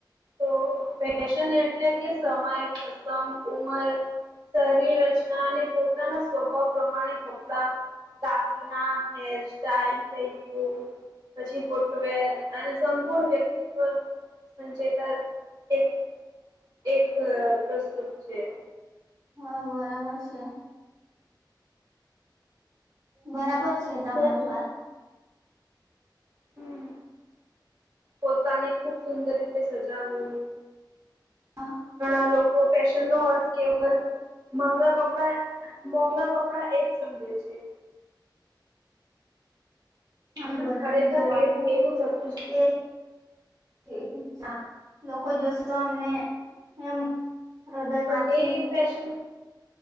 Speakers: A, on the right; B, on the right.
A: તો ફેશન એટલે કે સમય પ્રસંગ ઉમર શરીર રચના અને પોતાના સ્વભાવ પ્રમાણે કપડા દાગીના હેર <unintelligible> થઈ ગયું પછી ફૂટવેર અને સંપૂર્ણ વ્યક્તિત્વ સંચેતન એક એક પ્રસ્તુત છે.
B: હા, બરાબર છે. બરાબર છે, તમારી
A: ખૂબ
B: વાત.
A: હમ, પોતાને ખુબ સુંદર રીતે સજાવવું.
B: હા.
A: ઘણા લોકો ફેશન નો અર્થ કેવલ મોંઘા કપડા મોંઘા કપડાં એજ સમજે છે.
B: અને
A: પણ
B: બધાને
A: ખરેખર
B: જો વાળવું
A: એ એવું થતું જ નહી
B: એ એવું જ છે, લોકો જોશે તો, અમને એમ હૃદયમાંથી
A: પણ એ એક ફેશન.